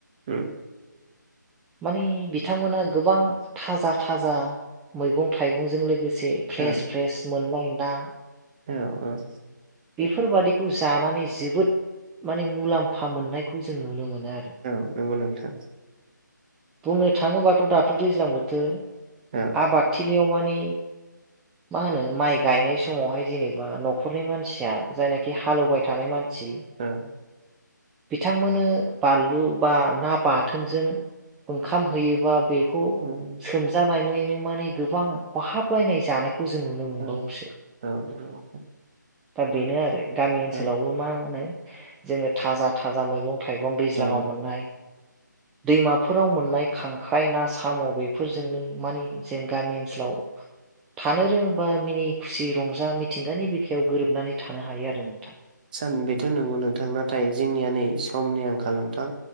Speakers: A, on the right; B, in the centre.
A: ओम
B: माने बिथांमोना गोबां थाजा थाजा मैगं थाइगंजों लोगो से फ्रेस
A: औ
B: फ्रेस मोननाय ना
A: औ औ
B: बेफोरबादिखौ जानानै जोबोद माने मुलाम्फा मोननायखौ जों नुनो मोनो आरो
A: औ नंगौ नोंथां
B: बुंनो थाङोबाथ' दाथ' दैज्लां बोथोर
A: औ
B: आबादथिलियाव माने मा होनो माइ गायनाय समावहाय जेनेबा न'खरनि मानसिया जायनाखि हालेवबाय थानाय मानसि
A: औ
B: बिथांमोननो बानलु बा ना बाथोनजों ओंखाम होयोबा बेखौ
A: उम
B: सोमजानानैनो माने गोबां खहाबलायनाय जानाय खौ जों नुनो मोनबावोसो
A: औ औ नंगौ
B: दा बेनो आरो गामि ओनसोलावबो
A: औ
B: मा होनो जोङो थाजा थाजा मैगं थाइगं दैज्लांआव
A: औ
B: मोननाय दैमाफोराव मोननाय खांख्राइ ना साम' बेफोरजोंनो माने जों गामि ओनसोलाव। <inaudible> थानो रोङोबा मिनि खुसि रंजा मिथिंगानि बिखायाव गोरोबनानै थानो हायो आरो नोंथां
A: सा बेथ' नंगौ नोंथां नाथाय जोंनिया नै समनि आंखाल नोंथां